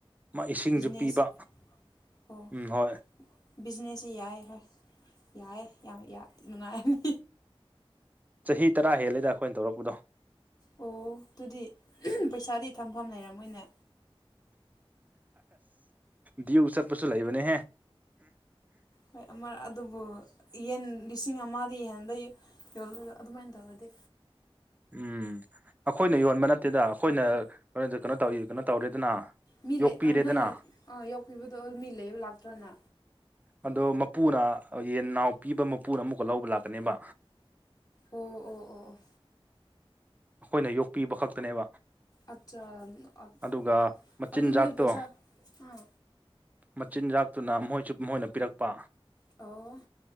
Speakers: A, on the right (about 15°); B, on the left (about 40°).
A: ꯃꯥ ꯏꯁꯤꯡꯁꯨ
B: ꯅꯦꯁ
A: ꯄꯤꯕ
B: ꯑꯣ
A: ꯎꯝ ꯍꯣꯏ
B: ꯕꯤꯖꯤꯅꯦꯁ ꯌꯥꯏ ꯍꯣꯏ ꯌꯥꯏꯌꯦ ꯌꯥꯝ ꯌꯥ ꯅꯨꯡꯉꯥꯏꯅꯤ
A: ꯆꯍꯤ ꯇꯔꯥ ꯍꯦꯜꯂꯦꯗ ꯑꯩꯈꯣꯏꯅ ꯇꯧꯔꯛꯄꯗꯣ
B: ꯑꯣ ꯑꯗꯨꯗꯤ ꯄꯩꯁꯥꯗꯤ ꯊꯝꯐꯝ ꯂꯩꯔꯝ ꯃꯣꯏꯅꯦ
A: ꯗꯤꯌꯨ ꯆꯠꯄꯁꯨ ꯂꯩꯕꯅꯦꯍꯦ
B: ꯍꯣꯏ ꯑꯃ ꯑꯗꯨꯕꯨ ꯌꯦꯟ ꯂꯤꯁꯤꯡ ꯑꯃꯗꯤ ꯍꯦꯟꯕꯗꯤ ꯌꯣꯜꯂꯒ ꯑꯗꯨꯃꯥꯏꯅ ꯇꯧꯔꯗꯤ
A: ꯎꯝ ꯑꯩꯈꯣꯏꯅ ꯌꯣꯟꯕ ꯅꯠꯇꯦꯗ ꯑꯩꯈꯣꯏꯅ ꯀꯩꯅꯣ ꯇꯧꯏ ꯀꯩꯅꯣ ꯇꯧꯔꯦꯗꯅ
B: ꯃꯤ
A: ꯌꯣꯛꯄꯤꯔꯦꯗꯅ
B: ꯂꯩ ꯅꯣꯏꯅ ꯌꯣꯛꯄꯤꯕꯗꯣ ꯃꯤ ꯂꯩꯕ ꯂꯥꯛꯇ꯭ꯔꯅ
A: ꯑꯗꯣ ꯃꯄꯨꯅ ꯌꯦꯟ ꯅꯥꯎ ꯄꯤꯕ ꯃꯄꯨꯅ ꯑꯃꯨꯛꯀ ꯂꯧꯕ ꯂꯥꯛꯀꯅꯦꯕ
B: ꯑꯣ ꯑꯣ ꯑꯣ ꯑꯣ
A: ꯑꯩꯈꯣꯏꯅ ꯌꯣꯛꯄꯤꯕ ꯈꯛꯇꯅꯦꯕ
B: ꯑꯠꯆꯥꯥ ꯑꯗꯨ
A: ꯑꯗꯨꯒ ꯃꯆꯤꯟꯖꯥꯛꯇꯣ
B: ꯑꯗꯨ ꯅꯣꯏ ꯄꯩꯁꯥ ꯑꯥ
A: ꯃꯆꯤꯟꯖꯥꯛꯇꯨꯅ ꯃꯣꯏꯁꯨ ꯃꯣꯏꯅ ꯄꯤꯔꯛꯄ
B: ꯑꯣ